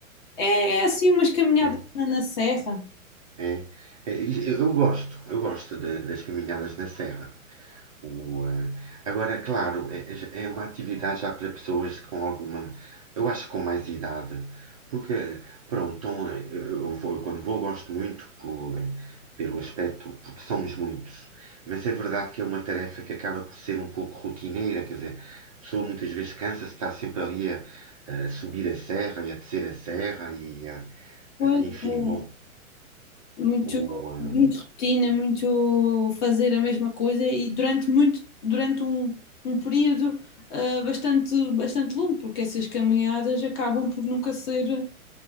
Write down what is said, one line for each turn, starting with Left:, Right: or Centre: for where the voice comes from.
Left: É é assim umas caminhadas
Right: É,
Left: na na serra.
Right: é, é, eu gosto, eu gosto de- das caminhadas na serra. Boa. Agora, claro, é, é- é uma atividade já para pessoas com alguma, eu acho que com mais idade, porque, pronto, então, eh, eu vou- eu quando vou gosto muito pelo, eh, pelo aspecto, porque somos muitos, mas é verdade que é uma tarefa que acaba por ser um pouco rotineira, quer dizer, a pessoa muitas vezes cansa-se, está sempre ali a, a subir a serra e a descer a serra e a,
Left: Pois
Right: a- enfim,
Left: é.
Right: bom,
Left: Muito,
Right: o, eh,
Left: muito rotina, muito fazer a mesma coisa e durante muito, durante um, um período ah, bastante, bastante longo, porque essas caminhadas acabam por nunca ser.